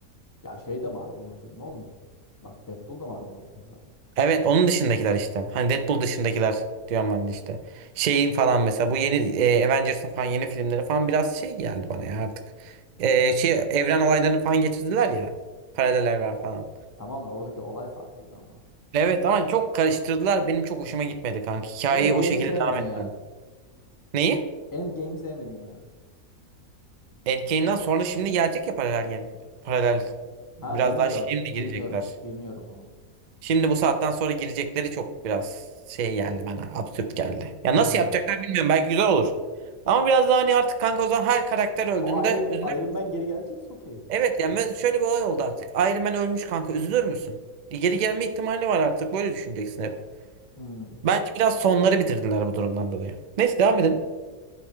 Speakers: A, on the left; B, on the right.
A: Ya şey de Marvel'ın filmi oğlum. Bak Deadpool da Marvel'ın filmi zaten.
B: Evet onun dışındakiler işte. Hani Deadpool dışındakiler diyorum ben de işte. Şeyin falan mesela bu yeni e, Avengers'ın falan yeni filmleri falan biraz şey geldi bana ya artık. E, şey evren olaylarını falan getirdiler ya. Paralel evren falan.
A: Tamam da oradaki olay farklıydı ama.
B: Evet ama çok karıştırdılar. Benim çok hoşuma gitmedi kanka. Hikayeyi
A: Endgame'i
B: o şekilde
A: sevmedin
B: devam etmedi.
A: yani.
B: Neyi?
A: Endgame'i sevmedin yani.
B: Endgame'den sonra şimdi gelecek ya paralel game. Paralel
A: Ha
B: biraz
A: bilmiyorum.
B: daha şimdi girecekler.
A: Bilmiyorum. Bilmiyorum onu.
B: Şimdi bu saatten sonra girecekleri çok biraz şey geldi bana. Absürt geldi. Ya
A: Ha.
B: nasıl yapacaklar bilmiyorum. Belki güzel olur. Ama biraz daha hani artık kanka o zaman her karakter öldüğünde
A: O Iron Man,
B: üzülür.
A: Iron Man geri gelecekse okey.
B: Evet
A: Hmm.
B: yani ben- şöyle bir olay oldu artık. Iron Man ölmüş kanka üzülür müsün? Geri gelme ihtimali var artık. Böyle düşüneceksin hep.
A: Hmm.
B: Bence biraz sonları bitirdiler bu durumdan dolayı. Neyse devam edelim.